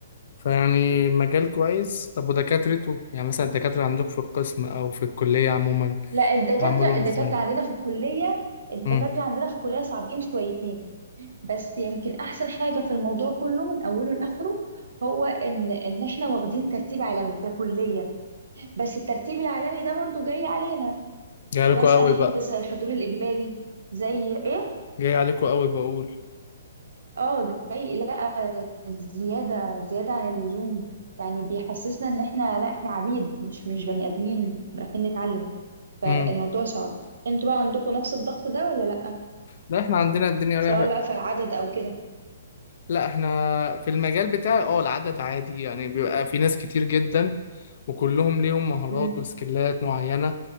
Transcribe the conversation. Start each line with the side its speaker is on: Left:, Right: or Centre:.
Left: فيعني مجال كويس طب ودكاترته يعني مثلا الدكاترة عندك في القسم أو في الكلية عموما
Right: لا الدكاترة
Left: تعاملهم
Right: الدكاترة
Left: إزاي
Right: عندنا في الكلية الدكاترة
Left: امم
Right: عندنا في الكلية صعبين شويتين بس يمكن أحسن حاجة في الموضوع كله من أوله لآخره هو إن إن إحنا واخدين ترتيب عالمي ككلية بس الترتيب العالمي ده برضو جاي علينا
Left: جاي
Right: فمثلا
Left: عليكوا قوي
Right: حتة
Left: بقى
Right: زي الحضور الإجباري زي إيه؟
Left: جاي عليكوا قوي بقول
Right: آه جاي لا زيادة زيادة عن اللزوم يعني بيحسسنا إن إحنا لا إحنا عبيد مش مش بني آدمين رايحين نتعلم فالموضوع
Left: امم
Right: صعب انتوا بقى عندكم نفس الضغط ده ولا لا؟
Left: لا إحنا عندنا الدنيا
Right: سواء
Left: رايحة
Right: بقى في العدد او كده
Left: لا احنا في المجال بتاعي اه العدد عادي يعني بيبقى في ناس كتير جدا وكلهم ليهم مهارات
Right: امم
Left: وسكيلات معينة